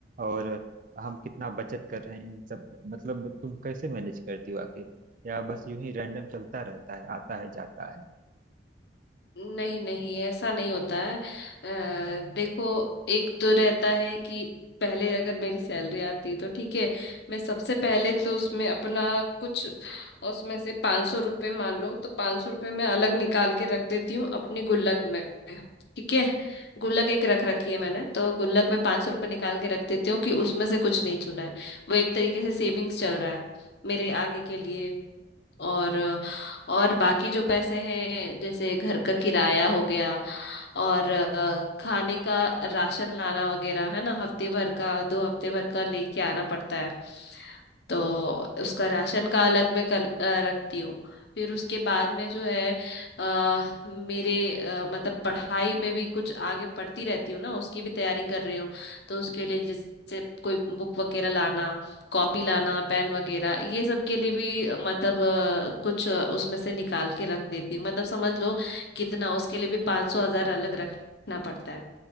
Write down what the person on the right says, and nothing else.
और हम कितना बचत कर रहे हैं इन सब मतलब तुम कैसे मैनेज करती हो आखिर या बस यूं ही रैंडम चलता रहता है आता है जाता है